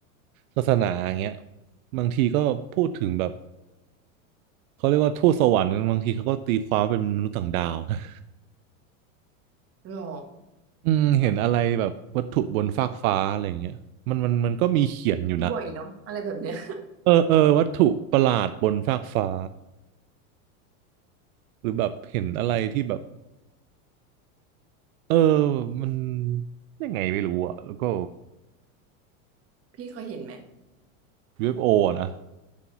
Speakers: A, on the right; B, on the right.
A: ศาสนาอย่างเงี้ยบางทีก็พูดถึงแบบเขาเรียกว่าทูตสวรรค์กันบางทีเขาก็ตีความว่าเป็นมนุษย์ต่างดาว <laughs> นะ
B: หรอ
A: อืมเห็นอะไรแบบวัตถุบนฟากฟ้าอะไรอย่างเงี้ยมันมันมันก็มีเขียนอยู่นะ
B: ดูบ่อยเนาะอะไรแบบเนี้ย
A: เออเออวัตถุประหลาดบนฟากฟ้า หรือแบบเห็นอะไรที่แบบเออมันยังไงไม่รู้อ่ะแล้วก็
B: <laughs> พี่เคยเห็นไหม
A: UFO อฟโออะนะ